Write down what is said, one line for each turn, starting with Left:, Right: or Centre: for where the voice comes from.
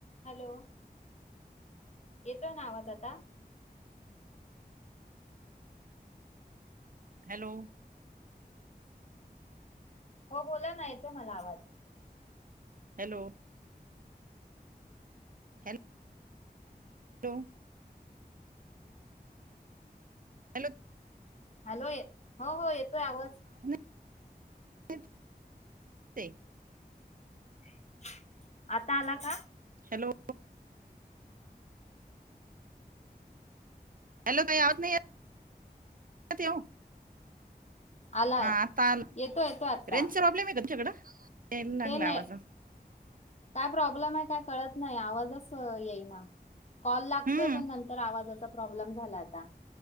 Left: हॅलो येतोय ना आवाज आता.
Right: हॅलो
Left: हो बोला ना, येतोय मला आवाज.
Right: Hello hello hello
Left: hello, ये हो- हो येतोय आवाज.
Right: <unintelligible> ते
Left: <unintelligible> आता आला का?
Right: हॅलो हॅलो ताई, आवाज नाही येत <inaudible> ठेऊ.
Left: आलाय
Right: हा आता आला,
Left: येतो येतो आता
Right: रेंजचा प्रॉब्लेमय का तुमच्याकडं? यायला
Left: ते
Right: लागला
Left: नाही,
Right: आवाज
Left: काय प्रॉब्लेमय काय कळत नाही. आवाजच येईना. कॉल लागतोय
Right: हम्म
Left: पण नंतर आवाजाचा प्रॉब्लेम झालाय आता.